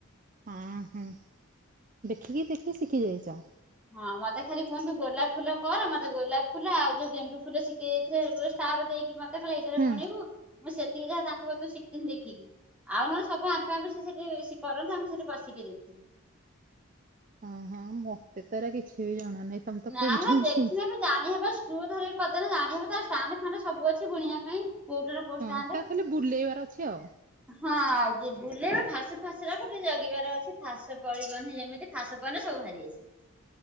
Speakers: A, on the right (about 35°); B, in the centre.
A: ହଁ ହୁଁ। ଦେଖିକି ଦେଖି ଶିଖି ଯାଇଚ?
B: ହଁ ମତେ ଖାଲି କୁହନ୍ତୁ ତୁ ଗୋଲାପ ଫୁଲ କର। ମତେ ଗୋଲାପ ଫୁଲ ଆଉ ଯୋଉ ଗେଣ୍ଡୁ ଫୁଲ ଶିଖେଇ ଦେଇଥିଲେ ଷ୍ଟାର ଦେଇକି ମ ତେ କହିଲେ ଏଇଟରେ
A: ହୁଁ।
B: ବୁଣିବୁ। ମୁଁ ସେତୀକି ଯାହା ତାଙ୍କକତରୁ ଶିଖିଥିନି ଦେଖିକି। ଆଉ ନହେନେ ସବୁ ଆପେ ଆପେ ସେ ସେଠି କରନ୍ତି ଆମେ ସେଠି ବସିକି ଦେଖୁ।
A: ହଁ ହଁ ମତେତ ଏରା କିଛିବି ଜଣା ନାହିଁ। ତମେ ତ
B: ନା
A: କହୁଛ
B: ହେରା
A: ମୁଁ
B: ଦେଖିନେବି
A: ଶୁଣୁଛି।
B: ଜାଣି ହବ ସୁ ଇଏ ଧରିକି କରିଦେନେ ଜାଣି ହବ ତାଷ୍ଟାଣ୍ଡ ଫାଣ୍ଡ ସବୁ ଅଛି ବୁଣିବା ପାଇଁ। କୋଉଟାର କୋଉ
A: ହଁ
B: ଷ୍ଟାଣ୍ଡ
A: ତାକୁ ଖାଲି ବୁଲେଇବାର ଅଛି ଆଉ।
B: ହଁ ଯେ ବୁଲେଇବା ଫାସ ଫାସରାକୁ ଟିକେ ଜଗିବାର ଅଛି ଫାସ ପଡ଼ିବନିଁ ଯେମିତି ଫାସ ପଇନେ ସବୁ ବାହାରି ଆସିବ।